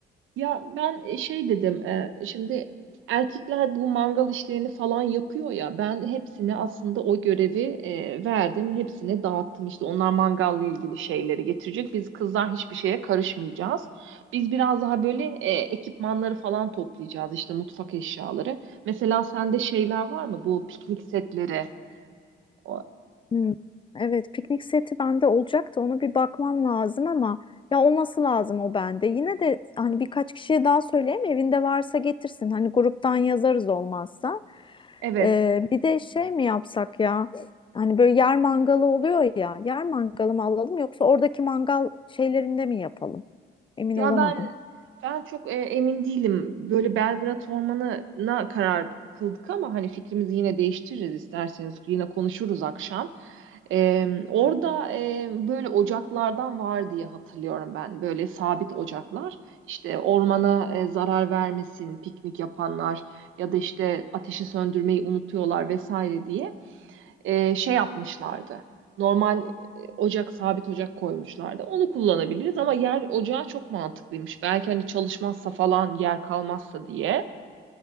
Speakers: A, on the right; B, on the left.
A: Ya ben e, şey dedim, e, şimdi erkekler bu mangal işlerini falan yapıyor ya, ben hepsine aslında o görevi e, verdim, hepsine dağıttım. İşte onlar mangalla ilgili şeyleri getirecek, biz kızlar hiçbir şeye karışmayacağız. Biz biraz daha böyle e, ekipmanları falan toplayacağız, işte mutfak eşyaları. Mesela sende şeyler var mı bu piknik setleri? O-
B: Hmm. Evet, piknik seti bende olacaktı. Onu bir bakmam lazım ama ya olması lazım o bende. Yine de hani birkaç kişiye daha söyleyeyim evinde varsa getirsin. Hani gruptan yazarız olmazsa.
A: Evet.
B: Ee, bir de şey mi yapsak ya? Hani böyle yer mangalı oluyor ya. Yer mangalı mı alalım yoksa oradaki mangal şeylerinde mi yapalım? Emin
A: Ya
B: olamadım.
A: ben ben çok e, emin değilim. Böyle Belgrad Ormanı'na karar kıldık ama hani fikrimizi yine değiştiririz isterseniz. Yine konuşuruz akşam. E, orada e, böyle ocaklardan var diye hatırlıyorum ben. Böyle sabit ocaklar. İşte ormana e, zarar vermesin piknik yapanlar ya da işte ateşi söndürmeyi unutuyorlar vesaire diye e, şey yapmışlardı. Normal e, ocak, sabit ocak koymuşlardı. Onu kullanabiliriz ama yer ocağı çok mantıklıymış. Belki hani çalışmazsa falan yer kalmazsa diye.